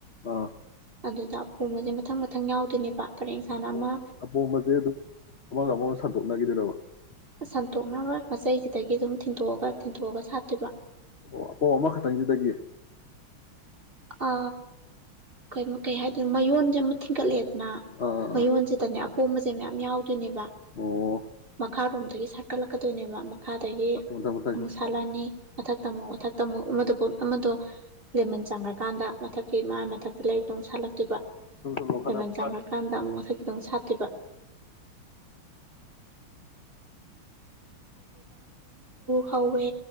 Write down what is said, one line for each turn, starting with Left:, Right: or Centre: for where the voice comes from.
Left: ꯑꯥ
Right: ꯑꯗꯨꯗ ꯐꯣꯡꯕꯁꯦ ꯃꯊꯪ ꯃꯊꯪ ꯌꯥꯎꯗꯣꯏꯅꯦꯕ ꯈꯔꯦꯟꯁꯥꯅ
Left: ꯑꯄꯣꯝ
Right: ꯑꯃ
Left: ꯑꯄꯣꯝꯕꯁꯦ ꯑꯗꯨꯝ ꯑꯃꯒ ꯑꯃꯒ ꯁꯟꯗꯣꯛ ꯂꯒꯗ ꯂꯕ
Right: ꯁꯟꯇꯣꯛꯅꯔꯣꯏ ꯃꯆꯩꯁꯤꯗꯒꯤ ꯑꯗꯨꯝ ꯊꯤꯟꯗꯣꯛꯑꯒ ꯊꯤꯟꯇꯣꯛꯑꯒ ꯁꯥꯠꯇꯣꯏꯕ
Left: ꯑꯣ ꯑ ꯄꯣ ꯑꯃꯈꯛꯇꯪꯁꯤꯗꯒꯤ
Right: ꯑ ꯀꯩꯅ ꯀꯩ ꯍꯥꯏꯗꯣꯏꯅꯣ ꯃꯌꯣꯟꯁꯦ ꯊꯤꯟꯒꯠꯂꯦꯗꯅ
Left: ꯑꯥ
Right: ꯃꯌꯣꯟꯁꯤꯗꯅꯦ ꯑꯄꯣꯝꯕꯁꯦ ꯃꯌꯥꯝ ꯌꯥꯎꯗ ꯟꯕ
Left: ꯑꯣ
Right: ꯃꯈꯥꯔꯣꯝꯗꯒꯤ ꯁꯥꯀꯠꯂꯛꯀꯗꯣꯏꯅꯦꯕ ꯃꯈꯥ ꯑꯗꯒꯤ
Left: ꯃꯊꯪ ꯃꯊꯪ
Right: ꯑꯃꯨꯛ
Left: ꯁꯨꯝ
Right: ꯁꯥꯂꯑꯅꯤ ꯃꯊꯛ ꯇ ꯑꯃꯨꯛ ꯃꯊꯛ ꯇ ꯑꯃꯨꯛ ꯑꯃꯗꯨ ꯄꯣꯠ ꯑꯃꯗꯣ ꯂꯦꯃꯟ ꯆꯪꯈ꯭ꯔꯀꯥꯟꯗ ꯃꯊꯛꯀꯤ ꯃꯥꯒꯤ ꯃꯊꯛꯇ ꯂꯩꯕꯗꯧ ꯁꯥꯠꯂꯛꯇꯕ
Left: ꯁꯨꯝ ꯁꯨꯝ ꯂꯧꯈꯠꯂꯛꯄ
Right: ꯂꯦꯃꯟ ꯆꯪꯈ꯭ꯔꯀꯥꯟꯗ ꯑꯃꯨꯛ ꯃꯊꯛꯀꯤꯗꯧ ꯁꯥꯠꯇꯕ ꯍꯧꯧꯋꯦ